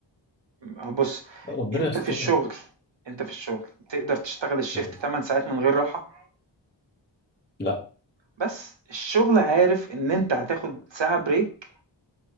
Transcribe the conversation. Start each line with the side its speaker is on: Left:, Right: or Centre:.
Right: هو بص
Left: ربنا
Right: انت
Left: يستر
Right: في الشغل انت في الشغل تقدر تشتغل الشيفت
Left: مم.
Right: 8 ساعات من غير راحة
Left: لا
Right: بس الشغل عارف ان انت هتاخد ساعة بريك